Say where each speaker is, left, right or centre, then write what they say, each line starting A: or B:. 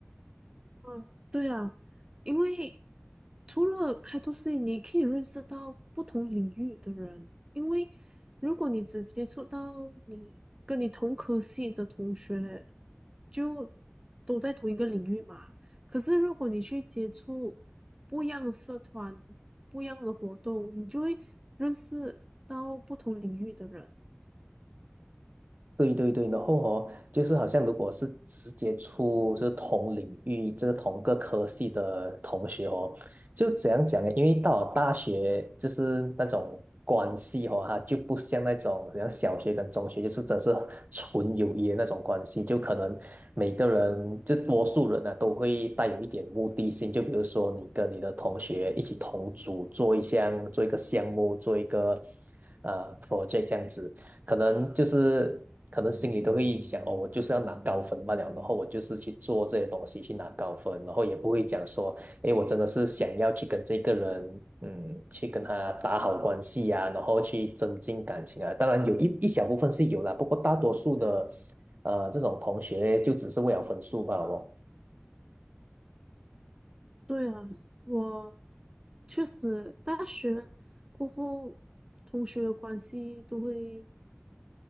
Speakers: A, on the right; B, on the right.
A: 嗯，对啊，因为除了开拓视野，你可以认识到不同领域的人。因为如果你只接触到你跟你同科系的同学，就都在同一个领域嘛。可是如果你去接触不一样的社团、不一样的活动，你就会认识到不同领域的人。
B: 对对对，然后哦，就是好像如果是直接出就是同领域，就是同个科系的同学哦，就怎样讲呢？因为到了大学，就是那种关系哦，它就不像那种像小学跟中学，就是真是纯友谊的那种关系，就可能每个人就多数人呢、都会带有一点目的性，就比如说你跟你的同学一起同组做一项做一个项目做一个呃 project 这样子。可能就是可能心里都会想哦，我就是要拿高分罢了，然后我就是去做这些东西去拿高分，然后也不会讲说，哎，我真的是想要去跟这个人，嗯，去跟他打好关系啊，然后去增进感情啊。当然有一一小部分是有啦，不过大多数的呃这种同学就只是为了分数吧，哦。
A: 对啊，我确实大学过后，同学的关系都会